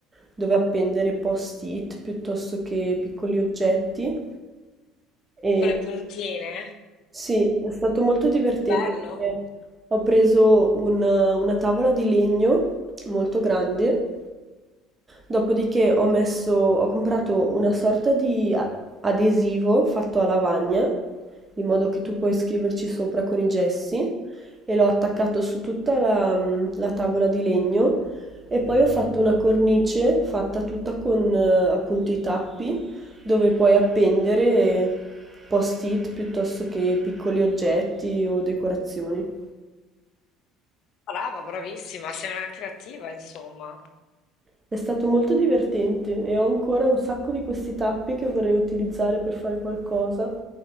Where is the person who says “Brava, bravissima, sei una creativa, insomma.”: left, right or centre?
Left